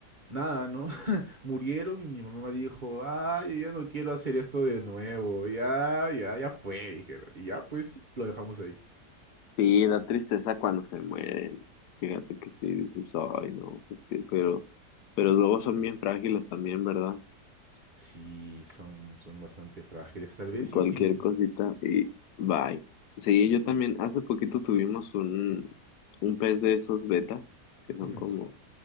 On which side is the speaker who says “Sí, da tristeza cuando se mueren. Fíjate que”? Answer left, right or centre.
Left